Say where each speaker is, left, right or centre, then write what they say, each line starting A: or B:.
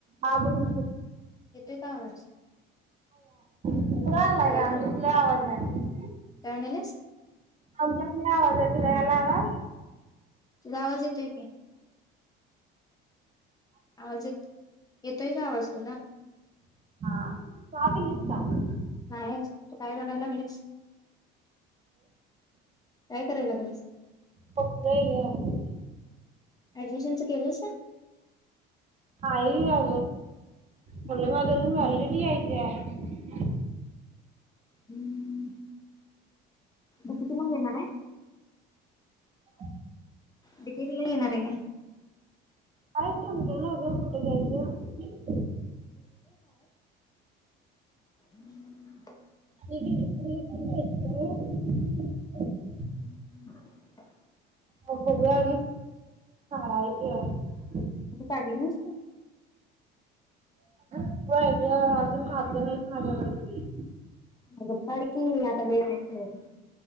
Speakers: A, on the right; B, on the left.
A: ह ब <unintelligible>
B: येतोय का आवाज.
A: कला
B: काय
A: का आमच्यातला
B: करायचं
A: आवाज आहे
B: काय म्हणालेस
A: आमच्यात लई आवाज आहे. ला यालावा...
B: तुला आवाज येतोय का. आजत. येतोय का आवाज सुधा.
A: हा चगल स <unintelligible>
B: नाही अजून तू काय करायला लागलीस. काय कराय लागल्यास
A: पकडलंय ग
B: ऍडमिशनच केलस का.
A: हा येल अ मुल्ि माझ.... अून वल्रडी टी आयच आहे.
B: हम्म. उप केडे...
A: <inaudible>
B: डिकेटला येणार हाय काय.
A: काय समज ना ग कुठे घ्यायचं.
B: हम्म. <unintelligible>
A: <unintelligible>
B: हम्म ह्
A: मग बगु या हायय
B: म काढली नाहीस तु
A: होय ते अजून खगद नाही माझ्याकडे सगळी
B: अगोदर काढ की आता वेळ हाय तर.